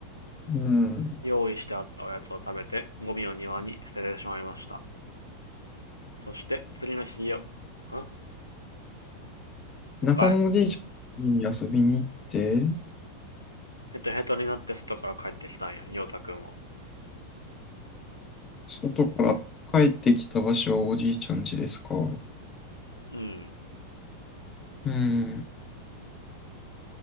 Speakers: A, on the left; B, on the left.
A: うん。ん
B: 用意してあったおやつを食べてゴミを庭に捨ててしまいました。そして次の日よ、んもう一回
A: 中野のおじいちゃんに遊びに行って、
B: ヘトヘトになって外から帰ってきたんや、ヨータくんは。
A: 外から帰ってきた場所はおじいちゃん家ですか
B: うん。
A: うん。